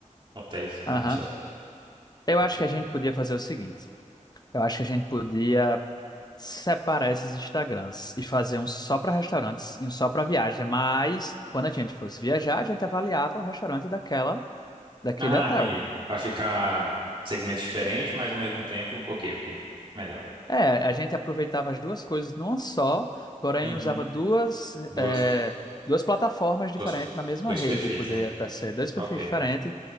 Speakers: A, on the right; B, on the left.
A: Hotéis
B: Aham.
A: com restaurante.
B: Eu
A: Ok.
B: acho que a gente podia fazer o seguinte. Eu acho que a gente podia. separar esses Instagrams e fazer um só para restaurantes e um só para viagem, mas quando a gente fosse viajar, a gente avaliava o restaurante daquela, daquele
A: Ah,
B: hotel.
A: entendi. Pra ficar segmentos diferentes, mas ao mesmo tempo. Ok, ok. Melhor.
B: É, a gente aproveitava as duas coisas numa só, porém
A: Uhum.
B: usava duas,
A: Duas,
B: é, duas plataformas diferentes
A: duas,
B: na mesma
A: dois
B: rede,
A: perfis,
B: poderia
A: né?
B: até ser dois
A: Tá
B: perfis
A: ok.
B: diferentes